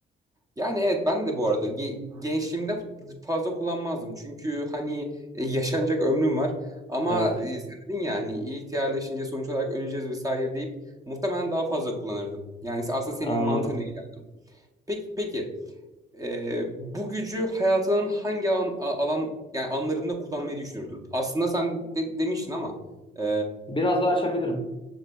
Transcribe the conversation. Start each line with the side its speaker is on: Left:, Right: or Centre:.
Right: Yani evet ben de bu arada ge- gençliğimde fazla kullanmazdım. Çünkü hani e, yaşanacak ömrüm var. Ama
Left: Evet,
Right: e, sen dedin ya hani ihtiyarlaşınca sonuç olarak öleceğiz vesaire deyip muhtemelen daha fazla kullanırdım. Yani aslında senin
Left: anladım.
Right: mantığına giderdim. Peki, peki. Ee, bu gücü hayatının hangi alan, a- alan yani anlarında kullanmayı düşünürdün? Aslında sen de, demiştin ama ee,
Left: Biraz daha açabilirim.